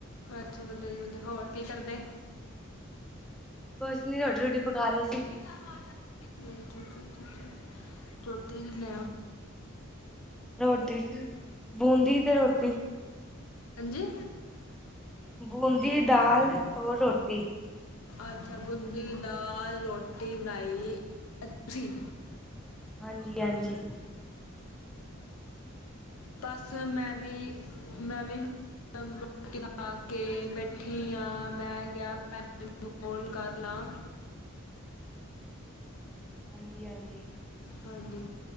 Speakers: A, on the left; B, in the centre.
A: ਅੱਛਾ ਬੰਦੇ ਜੀ ਬੰਦੇ ਹੋਰ ਕੀ ਕਰਦੇ?
B: ਕੁਛ ਨੀ ਰੋਟੀ ਰੋਟੀ ਪਕਾ ਰਹੇ ਸੀ।
A: ਅ ਠੀ ਠੀੀ ਟੋਟੀ ਮ
B: ਹਾਂਜੀ ਰੋਟੀ ਚ ਬੂੰਦੀ ਤੇ ਰੋਟੀ।
A: ਹਾਂਜੀ
B: ਬੂੰਦੀ ਦਾਲ ਔਰ ਰੋਟੀ
A: ਅੱਛਾ ਬੂੰਦੀ, ਦਾਲ, ਰੋਟੀ ਬਣਾਈ ਤੁਸੀ।
B: ਹਾਂਜੀ-ਹਾਂਜੀ।
A: ਬਸ ਮੈਂ ਵੀ, ਮੈਂ ਵੀ ਰੋਟੀ ਪਾ ਕੇ ਬੈਠੀ ਹਾਂ। ਮੈਂ ਗਿਆ ਭੈਣ ਨੂੰ। ਫੋਲ ਕਰ ਲਾਂ
B: ਹਾਂਜੀ-ਹਾਂਜੀ।
A: ਹਾਂਜੀ